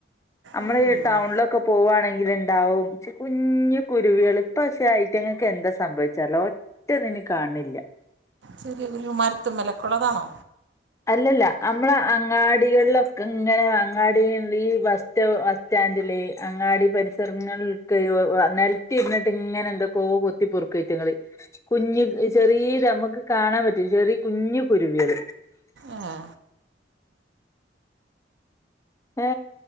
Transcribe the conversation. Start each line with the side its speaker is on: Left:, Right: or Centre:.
Left: അമ്മള്
Right: ഈ കുരുവിയാ
Left: ടൗൺള് ഒക്കെ പോുകവാണെങ്കിൽ ഇണ്ടാവും ച് കുഞ്ഞു കുരുവികൾ ഇപ്പക്ഷേ ഐറ്റങ്ങൾക്ക് എന്താ സംഭവിചെറീല ഒറ്റന്നിനേം കാൺണില്ല.
Right: ചെറിയൊരു മാരത്തിൻമേലൊക്കെള്ളതാണോ?
Left: അല്ലല്ല അമ്മള അങ്ങാടി അങ്ങാടികളിലൊക്കെ ഇങ്ങനെ അങ്ങാടിയിൽ ഈ ബസ്റ്റൊ ബസ്റ്റാൻഡില് അങ്ങാടി പരിസരങ്ങളിൽ നെലത്തി ഇരുന്നിട്ട് ഇങ്ങനെ എന്തൊക്കോ കൊത്തി പൊറുക്കൊറ്റി ങ്ങള് കുഞ്ഞു ചെറിയ ഞമ്മക്ക് കാണാൻ പറ്റും ചെറിയ കുഞ്ഞു കുരുവികൾ.
Right: ആആ.
Left: ഏ